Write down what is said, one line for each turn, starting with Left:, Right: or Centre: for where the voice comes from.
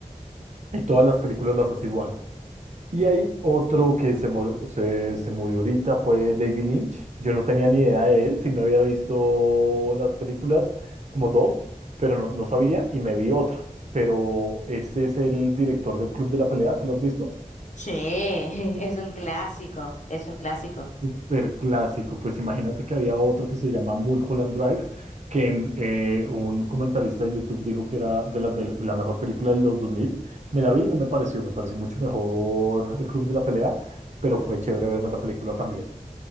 Right: Y todas las películas las hace igual. Y hay otro que se murió, se, se murió ahorita, fue David Lynch. Yo no tenía ni idea de él, sí me había visto las películas, como dos, pero no, no sabía y me vi otra. Pero este es el director del Club de la Pelea, ¿te lo has visto?
Left: Sí, <laughs> es un clásico, es un clásico.
Right: Súper clásico. Pues imagínate que había otro que se llama Mulholland Drive, que en, eh, un comentarista de YouTube dijo que era de las del- la, mejor película de los 2000. Me la vi y no me pareció, me pareció mucho mejor El Club de la Pelea, pero fue chévere verme la película también.